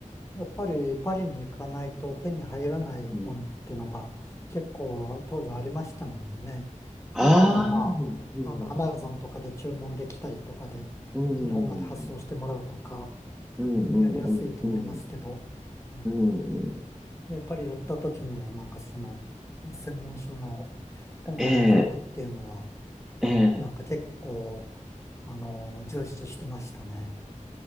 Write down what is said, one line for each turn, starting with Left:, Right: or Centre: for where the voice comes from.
Left: やっぱりパリに行かないと手に入らない本っていうのが結構当時ありましたのでね。
Centre: うんああ、
Left: 今はまあ、
Centre: うん
Left: あの、アマゾンとかで注文できたりとかで
Centre: うん、
Left: 日本まで発送してもらうとか
Centre: うん、
Left: やりやすいと思いますけど、
Centre: うん、うん、
Left: うん。
Centre: うん、うん
Left: で、パリ寄った時になんかその専門書の本屋覗くっていうのは
Centre: ええ、ええ、
Left: なんか結構、あの、重視してましたね。